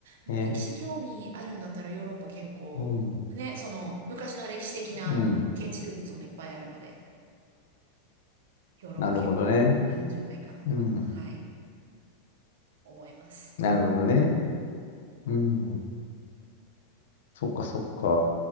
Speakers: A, on the right (about 70°); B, on the left (about 75°).
A: もう歴史興味あるんだったらヨーロッパ結構、
B: ね、うん、
A: ね、その昔の歴史的な建築物もいっぱいあるので、
B: うん、
A: ヨーロッパ結構いいんじゃないかなと、
B: なるほどね、うん、
A: はい、思います。
B: なるほどね、うん、そっかそっか。